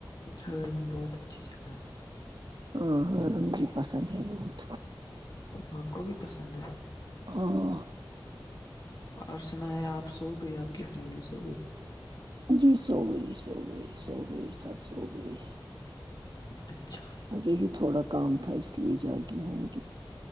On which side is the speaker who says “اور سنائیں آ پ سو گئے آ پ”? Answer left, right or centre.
Left